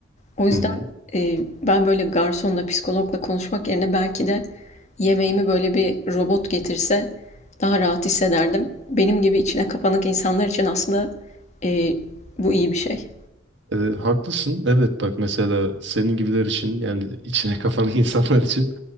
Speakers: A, on the left; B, on the right.
A: O yüzden,
B: Hı hı.
A: eee, ben böyle garsonla, psikologla konuşmak yerine belki de yemeğimi böyle bir robot getirse daha rahat hissederdim. Benim gibi içine kapanık insanlar için aslında, eee, bu iyi bir şey.
B: Ee, haklısın. Evet bak mesela senin gibiler için yani içine kafalı <laughs> insanlar için